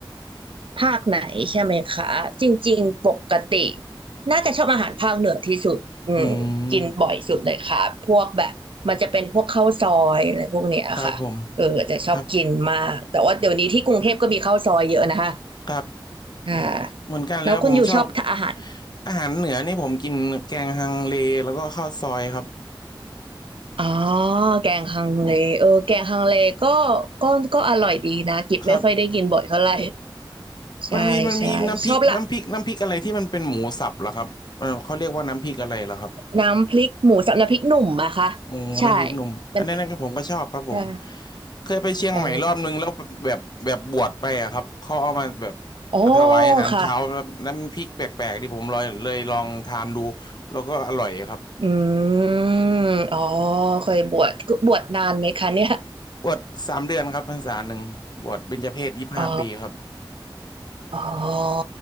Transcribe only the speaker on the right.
ภาคไหนใช่ไหมคะจริงๆปกติน่าจะชอบอาหารภาคเหนือที่สุดอืมกินบ่อยสุดเลยค่ะพวกแบบมันจะเป็นพวกข้าวซอยอะไรพวกเนี้ยค่ะเออจะชอบกินมากแต่ว่าเดี๋ยวนี้ที่กรุงเทพก็มีข้าวซอยเยอะนะคะ
อ่า
แล้วคุณอยู่ชอบทานอาหาร
อ๋อแกงฮังเลเออแกงฮังเลก็ก็ก็อร่อยดีนะกิบไม่ค่อยได้กินบ่อยเท่าไหร่
ใช่ใช่ชอบละ
น้ำพริกหมูสับน้ำพริกหนุ่มอะค่ะ
ใช่มันเป็นใช่
อ๋ออ๋อ
ค่ะ
อืมอ๋อเคยบวชบวชนานไหมคะเนี่ย
อ๋ออ๋อ